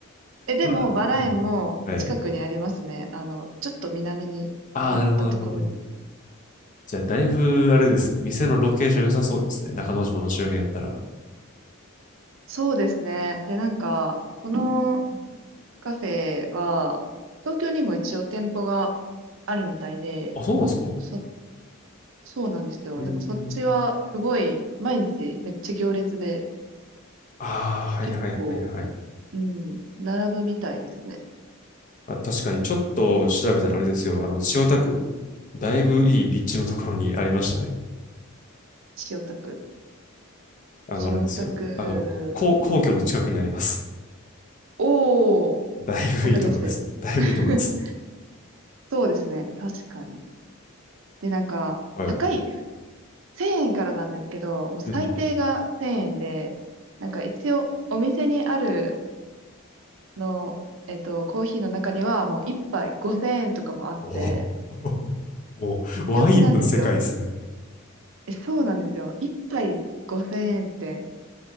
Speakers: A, on the right (about 60°); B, on the left (about 35°).
A: え、でもバラ園も近くにありますね。
B: まだうんはい。
A: あの、ちょっと南に行ったところに。
B: ああ、なるほど、なるほど。じゃあ、だいぶ、あれですね。店のロケーション良さそうですね。中之島の周辺やったら。
A: そうですね。で、なんか、このカフェは、東京にも一応店舗があるみたいで、
B: あ、そうなんですか
A: そ、そうなんですよ。
B: えー
A: でもそっちはすごい、毎日めっちゃ行列で、
B: ああはいはいはいはい。
A: 結構、うん、並ぶみたいですね。
B: あ、確かに、ちょっと調べたらあれですよ。あの、千代田区、だいぶいい立地のところにありましたね。
A: 千代田区。
B: あの、
A: 千代田区、
B: あれですよ。あの、こ皇、皇居の近くにあります。
A: おー、
B: だいぶいいとこです。
A: わかりやすい。
B: だいぶいいとこです。
A: <laughs> そうですね。確かに。で、なんか、
B: はい。
A: 高い、1000円からなんですけど、もう最低が1000円で、
B: うんうんうん
A: なんか一応、お店にあるの、えっと、コーヒーの中には、もう1杯5000円とかもあって、
B: おー <laughs> もう、ワインの世界ですね。
A: 病気なんですよ。え、そうなんですよ。1杯5000円って、